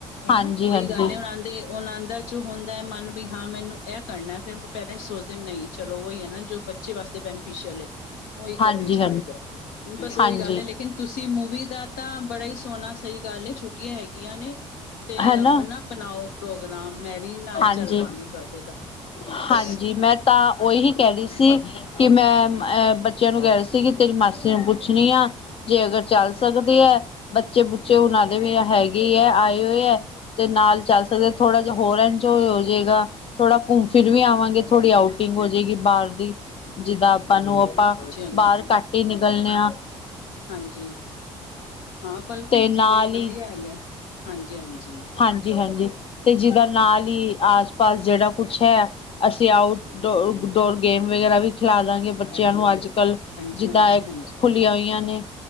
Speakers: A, on the left; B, on the left.
A: ਹਨਾ
B: ਹਾਂਜੀ
A: ਉਹੀ
B: ਹਾਂਜੀ
A: ਗੱਲ ਹੈ ਹੁਣ ਦੇ ਆਨੰਦਾਂ 'ਚ ਹੁੰਦਾ ਹੈ ਮਨ ਵੀ, ਹਾਂ ਮੈਨੂੰ ਇਹ ਕਰਨਾ, ਫਿਰ ਪੈਰੈਂਟਸ ਸੋਚ ਨਹੀਂ, ਚਲੋ ਉਹੀ ਹੈ ਨਾ ਜੋ ਬੱਚੇ ਵਾਸਤੇ ਬੈਨੀਫਿਸ਼ਅਲ ਹੈ, ਉਹੀ ਕਰਨ
B: ਹਾਂਜੀ
A: 'ਚ ਫਾਇਦਾ, ਬਸ ਉਹੀ
B: ਹਾਂਜੀ।
A: ਗੱਲ ਹੈ ਲੇਕਿਨ ਤੁਸੀਂ ਮੂਵੀ ਦਾ ਤਾਂ ਬੜਾ ਹੀ ਸੋਹਣਾ ਸਹੀ ਗੱਲ ਛੁੱਟੀਆਂ ਹੈਗੀਆਂ ਨੇ, ਤੇ
B: ਹੈਨਾ
A: ਆਪਣਾ ਬਣਾਓ ਪ੍ਰੋਗਰਾਮ, ਮੈਂ ਵੀ ਨਾਲ
B: ਹਾਂਜੀ
A: ਚੱਲ ਪਵਾਂਗੀ ਤੁਹਾਡੇ ਨਾਲ
B: ਹਾਂਜੀ ਮੈਂ ਤਾਂ, ਉਹੀ ਕਹਿ ਰਹੀ ਸੀ ਕਿ ਮੈਂ, ਅਹ ਬੱਚਿਆਂ ਨੂੰ ਕਹਿ ਰਹੀ ਸੀ ਕਿ ਤੇਰੀ ਮਾਸੀ ਨੂੰ ਪੁੱਛਣੀ ਆ ਜੇ ਅਗਰ ਚੱਲ ਸਕਦੇ ਹੈ, ਬੱਚੇ ਬੁੱਚੇ ਉਹਨਾਂ ਦੇ ਵੀ ਹੈਗੇ ਹੈ, ਆਏ ਹੋਏ ਹੈ ਤੇ ਨਾਲ ਚੱਲ ਸਕਦੇ, ਥੋੜਾ ਜਿਹਾ ਹੋਰ ਐ ਹੋ ਜਾਏਗਾ, ਥੋੜਾ ਘੁੰਮ ਫਿਰ ਵੀ ਆਵਾਂਗੇ, ਥੋੜ੍ਹੀ ਆਊਟਿੰਗ ਹੋ ਜਾਏਗੀ ਬਾਹਰ ਦੀ ਜਿੱਦਾਂ ਆਪਾਂ ਨੂੰ ਆਪਾਂ,
A: ਹਾਂਜੀ-ਹਾਂਜੀ
B: ਬਾਹਰ ਘੱਟ ਹੀ ਨਿਕਲਣੇ ਆਂ
A: ਹਾਂਜੀ, ਹਾਂ ਬਲਕੀ
B: ਤੇ ਨਾਲ
A: 'ਚ ਬਲ ਵਧੀਆ ਹੈਗਾ, ਹਾਂਜੀ- ਹਾਂਜੀ
B: ਹਾਂਜੀ- ਹਾਂਜੀ, ਤੇ ਜਿਹਦਾ ਨਾਲ ਹੀ ਆਸ -ਪਾਸ ਜਿਹੜਾ ਕੁਛ ਹੈ ਅਸੀਂ ਆਊਟ ਡੋਰ ਗੇਮ ਵਗੈਰਾ ਵੀ ਖਿਲਾ ਦਵਾਂਗੇ ਬੱਚਿਆਂ ਨੂੰ ਅੱਜ ਕੱਲ੍ਹ
A: ਹਾਂਜੀ
B: ਜਿਦਾ
A: ਹਾਂਜੀ ਹਾਂਜੀ
B: ਖੁੱਲੀਆਂ ਹੋਈਆਂ ਨੇ